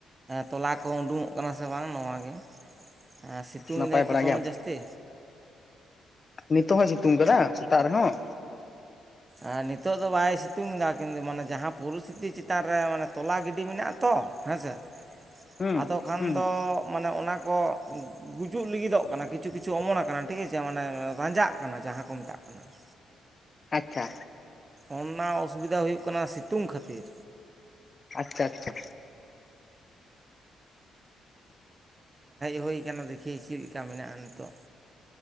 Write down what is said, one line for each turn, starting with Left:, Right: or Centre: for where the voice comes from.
Right: ᱛᱚᱞᱟ ᱠᱚ ᱩᱰᱩᱝᱚᱜ ᱠᱟᱱᱟ ᱥᱮ ᱵᱟᱝ ᱱᱚᱣᱟ ᱜᱮ ᱟᱨ ᱥᱤᱛᱩᱝ
Left: ᱱᱟᱯᱟᱭ
Right: ᱫᱟᱭ ᱛᱚ
Left: ᱵᱟᱲᱟ
Right: ᱫᱚᱢᱮ
Left: ᱜᱮᱭᱟᱢ
Right: ᱡᱟᱹᱥᱛᱤ
Left: ᱱᱤᱛᱚᱜ ᱦᱚᱭ ᱥᱤᱛᱩᱝ ᱠᱟᱫᱟ ᱥᱮᱛᱟᱜ ᱨᱮᱦᱚᱸ
Right: ᱟᱨ ᱱᱤᱛᱚᱜ ᱫᱚ ᱵᱟᱭ ᱥᱤᱛᱩᱝ ᱮᱫᱟ ᱠᱤᱱᱛᱩ ᱢᱟᱱᱮ ᱡᱟᱦᱟᱸ ᱯᱩᱨᱩᱥ ᱯᱛᱤᱛᱤ ᱪᱮᱛᱟᱱ ᱨᱮ ᱢᱟᱱᱮ ᱛᱚᱞᱟ ᱜᱤᱰᱤ ᱢᱮᱱᱟᱜ ᱛᱚ ᱦᱮᱸ ᱥᱮ
Left: ᱦᱩᱸ
Right: ᱟᱫᱚ ᱠᱷᱟᱱ
Left: ᱦᱩᱸ
Right: ᱫᱚ
Left: ᱦᱩᱸ
Right: ᱢᱟᱱᱮ ᱚᱱᱟ ᱠᱚ ᱜᱩᱡᱩᱜ ᱞᱟᱹᱜᱤᱫᱚᱜ ᱠᱟᱱᱟ ᱠᱤᱪᱷᱩ ᱠᱤᱪᱷᱩ ᱚᱢᱚᱱ ᱟᱠᱟᱱᱟ ᱴᱷᱤᱠ ᱟᱪᱷᱮ ᱢᱟᱱᱮ ᱨᱟᱸᱡᱟᱜ ᱠᱟᱱᱟ ᱡᱟᱦᱟᱸ ᱠᱚ ᱢᱮᱛᱟᱜ ᱠᱟᱱᱟ ᱻ
Left: ᱟᱪᱪᱷᱟ
Right: ᱚᱱᱟ ᱚᱥᱩᱵᱤᱫᱟ ᱦᱩᱭᱩᱜ ᱠᱟᱱᱟ ᱥᱤᱛᱩᱝ ᱠᱷᱟᱹᱛᱤᱨ
Left: ᱟᱪᱪᱷᱟ ᱟᱪᱪᱷᱟ
Right: ᱦᱳᱭ ᱠᱟᱱᱟ ᱫᱮᱠᱷᱤ ᱪᱮᱫ ᱞᱮᱠᱟ ᱢᱮᱱᱟᱜᱼᱟ ᱱᱤᱛᱚᱜ